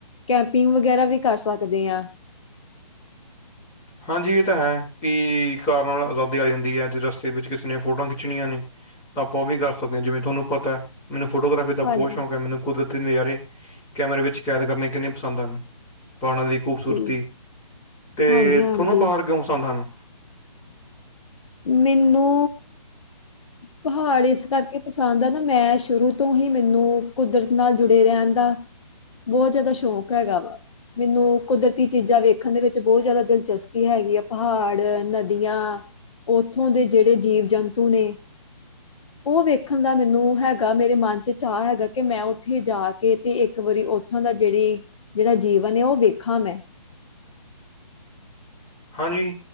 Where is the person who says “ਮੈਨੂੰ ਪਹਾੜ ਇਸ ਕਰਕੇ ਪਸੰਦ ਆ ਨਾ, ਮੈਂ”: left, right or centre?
Left